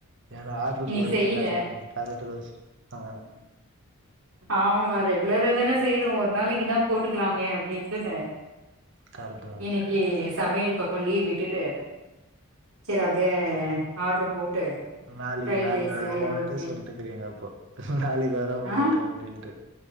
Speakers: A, on the right; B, on the right.
A: ஏன்னா ஆர்டரு
B: இன்னிக்கு
A: போறது
B: செய்யில
A: கஷ்டந்தா கரெக்ட் தா சிஸ் ஆ
B: ஆமா ரெகுலராதான செய்றோ ஒரு நாளைக்குதா போட்டுக்கலாமே அ ப்டினு
A: கரெக்ட் தா
B: இன்னிக்கு சமையல் பக்க லீவ் விட்டுட்டு செர் அப்டியே ஆர்டரு போட்டு
A: நாளைக்கி
B: ஃப்ரைட்
A: நாளைக்கி
B: ரைஸு
A: வரோன்ட்டு
B: ரொட்டி
A: சொல்ட்டுகிறீங்க அப்போ நாளைக்கு வர உங்கிட்ட
B: ஆ
A: அப்டின்ட்டு